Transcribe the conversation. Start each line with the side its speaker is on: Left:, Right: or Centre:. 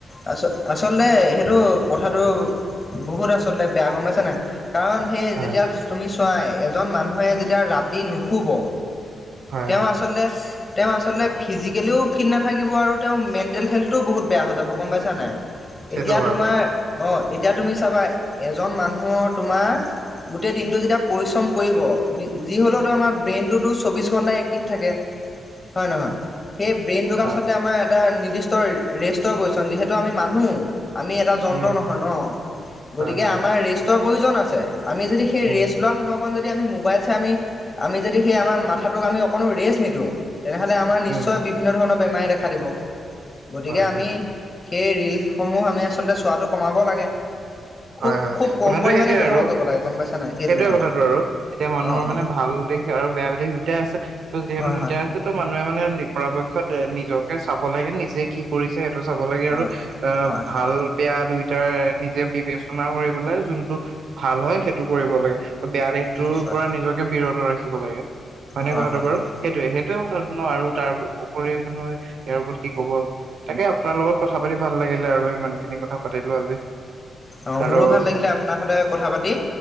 Left: আ আচলতে সেইটো কথাটো বহুত আচলতে বেয়া গৰম পাইছে নে কাৰণ সেই
Right: হয়
Left: যেতিয়া তুমি পাই এজন মানুহে যেতিয়া ৰাতি নুশুব
Right: হয়
Left: তেওঁ
Right: হয়
Left: আচলতে তেওঁ আচলতে ফিজিকেলিও ফিট নাথাকিব আৰু তেওঁ মেণ্টেল হেল্থ তো বহুত বেয়া হৈ যাব গম পাইছা নাই
Right: সেইটো
Left: এতিয়া
Right: হয়
Left: তোমাৰ
Right: বাৰু
Left: অ এতিয়া তুমি চাবা এজন মানুহৰ তোমাৰ গোটেই দিনটো যেতিয়া পৰিশ্ৰম কৰিব যি হ'লেওতো আমাৰ ব্ৰেইনটোতো চৌববিছ ঘণ্টাই এক্টিভ থাকে হয় নহয় সেই ব্ৰেইনটোক
Right: হয়
Left: আচলতে আমাৰ এটা নিৰ্দিষ্ট ৰেষ্টৰ প্ৰয়োজন যিহেতু আমি মানুহ আমি এটা যন্ত্ৰ
Right: উম
Left: নহয় ন গতিকে
Right: হয় হয়
Left: আমাৰ
Right: হয়
Left: ৰেষ্টাৰ প্ৰয়োজন আছে আমি যদি সেই
Right: উম
Left: ৰেষ্টা লোৱা সময়ত অকণ যদি আমি মোবাইল চাই আমি আমি যদি সেই আমাৰ মাথাাটোক আমি অকণো ৰেষ্ট নিদিওঁ তেনেহলে আমাৰ
Right: উম
Left: নিশ্চয় বিভিন্ন ধৰণ বেমাৰী দেখা দিব গতিকে
Right: হয়
Left: আমি
Right: হয়
Left: সেই ৰিলসমূহ আমি আচলতে চোৱাটো কমাব লাগে খুব
Right: হয় হয়
Left: খুব কম
Right: কথাটো
Left: পৰিমাণে
Right: সেইটোয়ে
Left: ব্যৱহাৰ
Right: আৰু
Left: কৰিব লাগে গম পাইছা নাই সেইটোৱে
Right: সেইটোয়ে
Left: অ
Right: কথাটো আৰু এতিয়া মানুহৰ
Left: অ
Right: মানে
Left: অ
Right: ভাল দিশ আৰু বেয়া দিশ দুটাই আছে যিহেতু
Left: হয়
Right: দুটাই
Left: হয়
Right: আছে ত ম মানুহে মানে নিজৰপক্ষত নিজকে চাব লাগে নিজে কি কৰিছে সেইটো চাব লাগে
Left: হয়
Right: আৰু অ
Left: হয় হয়
Right: ভাল বেয়া দুই নিজেৰে‌ নিজে পিভি ৰচনা কৰিবলে যোনটো ভাল হয় সেইটো কৰিব লাগে বেয়া দেশটোৰ
Left: নিশ্চয়
Right: পৰা নিজকে বিৰট ৰাখিব লাগে হয়নে
Left: হয়
Right: কথাটো
Left: হয়
Right: বাৰু
Left: হয়
Right: সেইটোয়ে সেইটোয়ে মঠাতনো আৰু তাৰ উপৰি মানহূ ইয়াৰ ওপৰত কি কব তাকে আপোনাৰ লগত কথা পাতি ভাল লাগিলে আৰু ইমান খিনি কথা পাতিলো আজি
Left: অঁ
Right: আৰু
Left: মোৰো ভাল লাগিলে আপোনাৰ সৈতে কথা পাতি